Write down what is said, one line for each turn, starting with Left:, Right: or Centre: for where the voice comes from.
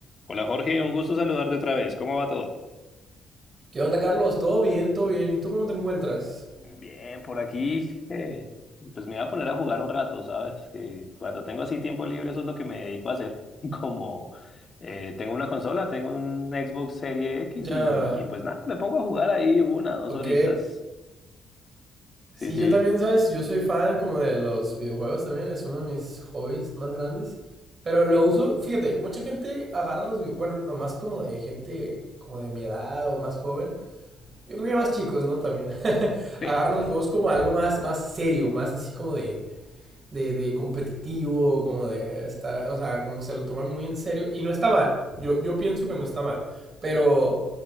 Left: Hola Jorge, un gusto saludarte otra vez. ¿Cómo va todo?
Right: ¿Qué onda, Carlos? ¿Todo bien? ¿Todo bien? ¿Y tú cómo te encuentras?
Left: Bien, por aquí, eh, pues me voy a poner a jugar un rato, ¿sabes? Que cuando tengo así tiempo libre, eso es lo que me dedico a hacer. <laughs> Como eh, tengo una consola, tengo un Xbox Serie X
Right: Ya,
Left: y, y pues nada, me pongo a jugar ahí una, dos
Right: ok.
Left: horitas.
Right: Sí,
Left: Sí, sí.
Right: yo también, ¿sabes? Yo soy fan como de los videojuegos también, es uno de mis hobbies más grandes. Pero lo uso, fíjate, mucha gente agarra los videojuegos, bueno, más como de gente como de mi edad o más joven. Yo creo que más chicos, ¿no? También. <laughs>
Left: Sí.
Right: Agarran los juegos como algo más, más serio, más así como de, de, de competitivo, como de estar, o sea, como se lo toman muy en serio. Y no está mal, yo, yo pienso que no está mal, pero